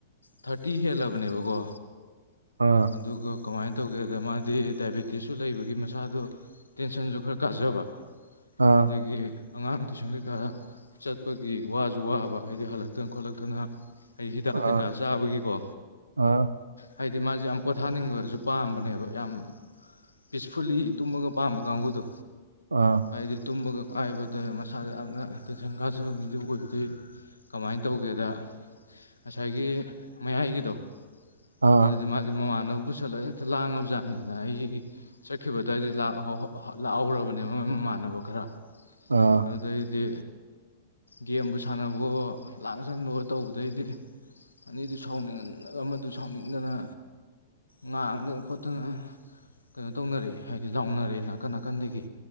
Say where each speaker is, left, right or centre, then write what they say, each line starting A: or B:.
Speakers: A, on the left; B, on the right.
A: ꯊꯥꯔꯇꯤ ꯍꯦꯜꯂꯕꯅꯦꯕꯀꯣ
B: ꯑꯥ
A: ꯑꯗꯨꯒ ꯀꯃꯥꯏ ꯇꯧꯒꯦꯗ ꯃꯥꯗꯤ ꯗꯥꯏꯕꯤꯇꯤꯁꯁꯨ ꯂꯩꯕꯒꯤ ꯃꯁꯥꯗꯣ ꯇꯦꯟꯁꯟꯖꯨ ꯈꯔ ꯀꯥꯖꯕ
B: ꯑꯥ
A: ꯑꯗꯨꯒꯤ ꯑꯉꯥꯡ ꯇꯨꯏꯁꯟ ꯀꯩꯀꯥ ꯆꯠꯄꯒꯤ ꯋꯥꯖꯨ ꯋꯥꯕ ꯍꯥꯏꯗꯤ ꯍꯜꯂꯛꯇꯅ ꯈꯣꯠꯂꯛꯇꯅ ꯍꯩ ꯍꯤꯗꯥꯛ
B: ꯑꯥ
A: ꯀꯩꯀꯥ ꯆꯥꯕꯒꯤꯀꯣ
B: ꯑꯥ
A: ꯍꯥꯏꯗꯤ ꯃꯥꯖꯦ ꯌꯥꯝ ꯄꯣꯊꯥꯅꯤꯡꯂꯖꯨ ꯄꯥꯝꯕꯅꯦꯕ ꯌꯥꯝ ꯄꯤꯁꯐꯨꯜꯂꯤ ꯇꯨꯝꯕꯒ ꯄꯥꯝꯕ ꯀꯥꯡꯒꯨꯗꯣ
B: ꯑꯥ
A: ꯍꯥꯏꯗꯤ ꯇꯨꯝꯕꯒ ꯀꯥꯏꯕꯗ ꯃꯁꯥꯗ ꯌꯥꯝꯅ ꯇꯦꯟꯁꯟ ꯀꯥꯖꯕ ꯃꯤꯗꯨ ꯑꯣꯏꯕꯗꯩ ꯀꯃꯥꯏꯟ ꯇꯧꯒꯦꯗ ꯉꯁꯥꯏꯒꯤ ꯃꯌꯥꯏꯒꯤꯗꯣ
B: ꯑꯥ
A: ꯑꯗꯨꯗꯤ ꯃꯥꯗꯤ ꯃꯃꯥꯟꯅꯕ ꯄꯨꯁꯜꯂ ꯍꯦꯛꯇ ꯂꯥꯡꯉꯕ ꯖꯥꯠꯅꯤꯗꯅ ꯑꯩꯒꯤ ꯆꯠꯈꯤꯕꯗꯨꯋꯥꯏꯗꯩ ꯂꯥꯛꯍꯣ ꯂꯥꯛꯍꯧꯔꯕꯅꯦꯕ ꯃꯣꯏ ꯃꯃꯥꯟꯅꯕ ꯈꯔ
B: ꯑꯥ
A: ꯑꯗꯨꯗꯩꯗꯤ ꯒꯦꯝꯕꯨ ꯁꯥꯟꯅꯕꯑꯣ ꯂꯥꯡꯖꯟꯕꯑꯣ ꯇꯧꯕꯗꯩꯗꯤ ꯑꯅꯤꯗꯨ ꯁꯥꯎꯅꯟ ꯑꯃꯗꯨ ꯁꯥꯎꯅꯤꯡꯗꯅ ꯉꯥꯡ <unintelligible> ꯈꯣꯠꯇꯅ ꯀꯩꯅꯣ ꯇꯧꯅꯔꯦ ꯍꯥꯏꯗꯤ ꯂꯥꯎꯅꯔꯦ ꯅꯥꯀꯟ ꯅꯥꯀꯟꯗꯒꯤ